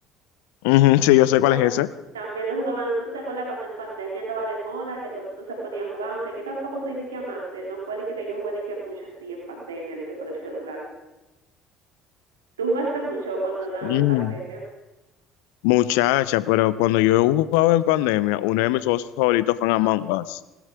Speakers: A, on the left (about 70°); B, on the right (about 85°).
A: Ujú, sí, yo sé
B: y
A: cuál
B: bueno,
A: es ese.
B: también lo jugaban, ¿no tú te acuerdas cuando en pandemia estaba de moda, que todo el mundo se ponía a jugar, aunque yo tampoco soy dique amante, no fue dique que, yo jugué dique mucho así en pandemia, dique por el celular. ¿Tú jugaste mucho cuando estaban
A: Ujú.
B: en pandemia?
A: Muchacha, pero cuando yo jugaba en pandemia, uno de mis juegos favoritos fue Among Us.